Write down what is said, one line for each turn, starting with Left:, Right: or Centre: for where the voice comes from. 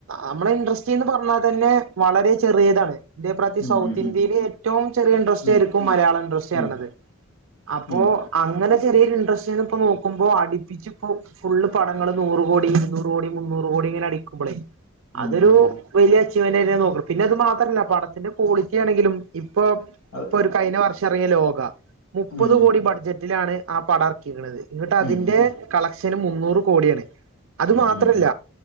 Right: അമ്മളെ <unintelligible> വളരെ ചെറിയതാണ് ഇന്റെ അബിപ്രയത്തില്
Left: ഉം
Right: സൗത്ത്
Left: ഉം
Right: ഇന്ത്യയില് ഏറ്റവും ചെറിയ ഇൻട്രസ്റ്റ് <inaudible>
Left: ഉം
Right: മലയാള ഇൻഡസ്ട്രിയിരുന്നല്ല്,
Left: ഉം ഉം
Right: അപ്പോ
Left: ഉം
Right: അങ്ങനെ ചെറിയൊരു ഇൻഡസ്ട്രിന്നിപ്പൊ നോക്കുമ്പോ അടിപ്പിച്ചിപ്പൊ ഫുളള് പടങ്ങള് നൂറ് കോടി, ഇരുന്നൂറ് കോടി, മുന്നൂറ് കോടി <unintelligible> ഇങ്ങനടിക്കുമ്പൊളെ
Left: ഉം
Right: അതൊരു
Left: ഉം ഉം
Right: വലിയ <unintelligible> പിന്നെ അത് മാത്രല്ല പണത്തിന്റ കോളിറ്റി ആണെങ്കിലും ഇപ്പൊ
Left: അത്
Right: ഒരു കഴിഞ്ഞ പ്പം റങ്ങിയ ലോക മുപ്പത്
Left: ഉം
Right: കോടി ബഡ്ജറ്റിലാണ് ആ പടഅർക്കിക്ണത് ഇങ്ങട്ട് അതിന്റെ
Left: ഉം ഉം ഉം
Right: ക മുന്നൂറ് കോടിഴാണ് അത് മാത്രംല്ല
Left: ഉം ഉം